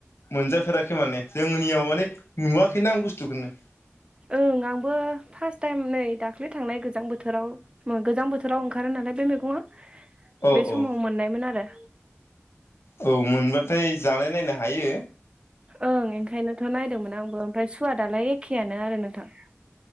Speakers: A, on the left; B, on the right.
A: मोनजाफेराखै माने जोंनियाव माने नुवाखैनो आं बुस्थुखौनो।
B: ओं आंबो फारस टाइम नै दाख्लि थांनाय गोजां बोथोराव गोजां बोथोराव ओंखारो नालाय बे मैगङा
A: औ
B: बे समाव
A: औ
B: मोननायमोन आरो।
A: औ मोनबाथाय जानाय नायनो हायो।
B: ओं ओंखायनोथ' नायदोंमोन आंबो ओमफ्राय सुवा दालाय एखेयानो आरो नोंथां।